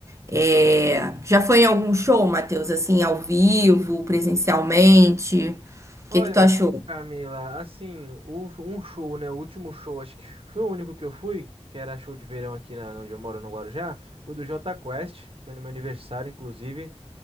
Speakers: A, on the right (about 25°); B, on the right (about 60°).
A: É, Já foi em algum show, Matheus? Assim, ao vivo, presencialmente? O
B: Olha,
A: que que tu achou?
B: Camila, assim, o- um show, né? O último show, acho que foi o único que eu fui, que era show de verão aqui na, onde eu moro, no Guarujá, foi do Jota Quest, foi no meu aniversário, inclusive.